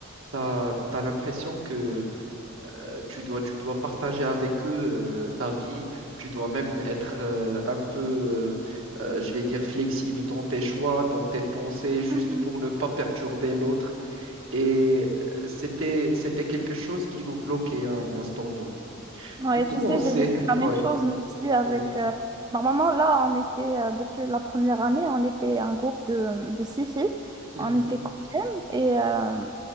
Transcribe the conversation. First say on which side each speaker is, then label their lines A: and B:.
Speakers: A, on the right (about 70°); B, on the right (about 20°).
A: Tu as, l'impression que euh, tu dois, tu dois partager avec eux euh, ta vie. Tu dois même être euh, un peu, euh, euh, je vais dire, flexible dans tes choix, dans tes pensées, juste
B: Mm.
A: pour ne pas perturber l'autre. Et euh, c'était, c'était quelque chose qui nous bloquait à un instant donné.
B: Ouais,
A: Du coup,
B: tu sais,
A: on s'est...
B: j'ai vécu
A: <laughs>
B: la même
A: Ouais,
B: chose, mais aussi avec.
A: ouais.
B: euh, Normalement, là, on était, euh, depuis la première année, on était un groupe de, de six filles.
A: mhm,
B: On était copines, et, euh,